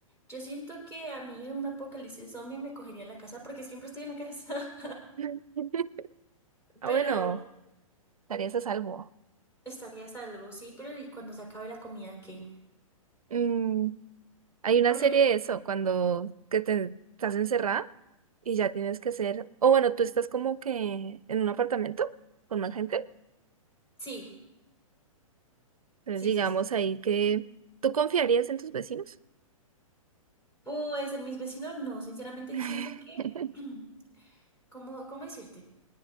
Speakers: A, on the left; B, on the right.
A: Yo siento que a mí en un apocalipsis zombie me cogería en la casa porque siempre estoy en la casa,
B: <laughs>
A: <laughs>
B: Ah,
A: pero
B: bueno, estarías a salvo.
A: estaría a salvo, sí, pero ¿y cuando se acabe la comida qué?
B: Mm, hay una
A: Porque
B: serie
A: yo,
B: de eso, cuando que te estás encerrada y ya tienes que hacer, o bueno, tú estás como que en un apartamento con más gente.
A: sí,
B: Entonces,
A: sí,
B: digamos
A: sí, sí.
B: ahí que tú confiarías en tus vecinos.
A: Pues en mis vecinos no, sinceramente
B: <laughs>
A: siento que, <clears throat> ¿cómo, cómo decirte?